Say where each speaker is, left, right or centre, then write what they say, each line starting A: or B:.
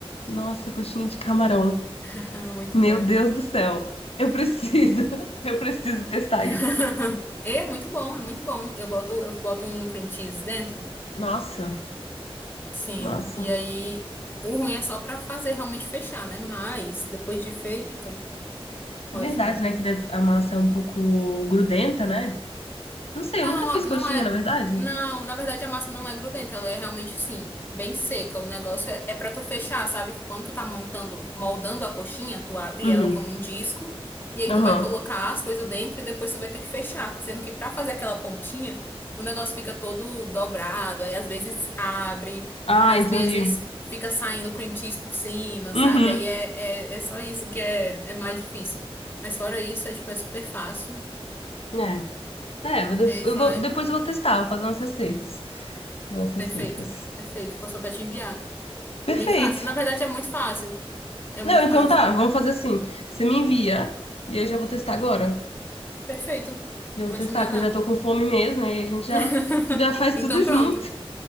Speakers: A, on the left; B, on the left.
A: Nossa, coxinha de camarão.
B: <laughs> Muito
A: Meu
B: bom,
A: Deus
B: né?
A: do céu. Eu preciso. <laughs> Eu preciso testar
B: <laughs>
A: isso.
B: É muito bom, é muito bom. Eu boto, eu boto um cream cheese dentro.
A: Nossa,
B: Sim.
A: nossa.
B: E aí, o ruim é só pra fazer realmente fechar, né? Mas, depois de feita, ótima.
A: É verdade, né? Que deve- a massa é um pouco grudenta, né? Não sei,
B: Não,
A: eu nunca fiz
B: não
A: coxinha,
B: é.
A: na verdade.
B: Não, na verdade a massa não é grudenta, ela é realmente, sim, bem seca. O negócio é, é para tu fechar, sabe? Que quando tu tá montando, moldando a coxinha, tu abre
A: Uhum.
B: ela como um disco e aí
A: Aham.
B: tu vai colocar as coisas dentro e depois tu vai ter que fechar. Sendo que pra fazer aquela pontinha, o negócio fica todo dobrado, aí às vezes abre,
A: Ah,
B: às
A: entendi.
B: vezes fica saindo cream cheese por cima, sabe?
A: Uhum.
B: Aí é, é, é só isso que é, é mais difícil. Mas fora isso, é tipo, é super fácil.
A: É. É, eu de-
B: Fez
A: eu
B: lá
A: vou-
B: e
A: depois
B: pronto.
A: eu vou testar, vou fazer umas receitas. Fazer umas receitas.
B: Perfeito, perfeito. Posso até te enviar.
A: Perfeito.
B: Bem fácil. Na verdade, é muito fácil. É
A: Não,
B: muito
A: então
B: fácil.
A: tá, vamos fazer assim. Você me envia e eu já vou testar agora.
B: Perfeito.
A: Já vou
B: Vou
A: testar,
B: te mandar.
A: que eu já tô com fome mesmo, aí a gente já,
B: <laughs>
A: já faz
B: Então,
A: tudo
B: pronto.
A: junto.